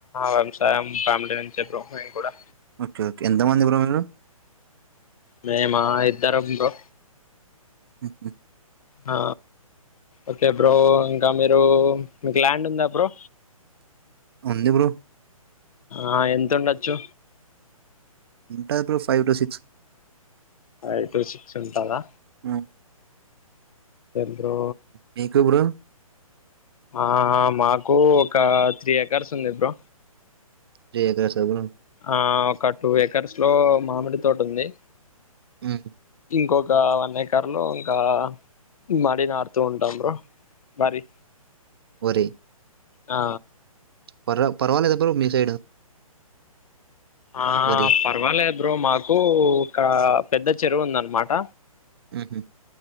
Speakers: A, on the left (about 70°); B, on the right (about 45°).
A: వ్యవసాయం ఫ్యామిలీ నుంచే బ్రో మేము కూడా
B: ఓకే ఓకే ఎంత మంది బ్రో మీరు
A: మేమా ఇద్దరం బ్రో
B: హు హు
A: ఆ ఓకే బ్రో ఇంకా మీరు మీకు ల్యాండ్ ఉందా బ్రో
B: ఉంది బ్రో
A: ఆ ఎంతుండొచ్చు
B: ఉంటది bro five two six
A: five two six ఉంటదా
B: మ్మ్.
A: బ్రో
B: మీకు బ్రో
A: ఆ మాకు ఒక త్రీ ఎకర్స్ ఉంది బ్రో
B: త్రీ ఎకర్స్ బ్రో
A: ఆ ఒక టూ ఏకర్స్ లో మామిడి తోట ఉంది
B: ఉహు
A: ఇంకొక వన్ ఎకర్లో ఇంకా మడి నాడుతుంటం బ్రో వరి
B: వరి
A: ఆ
B: పర్వ పర్వాలేదు బ్రో మీ సైడ్
A: ఆ
B: వరి
A: పర్వాలేదు బ్రో మాకు ఇక్కడ పెద్ద చెరువు ఉందనమాట
B: ఉహు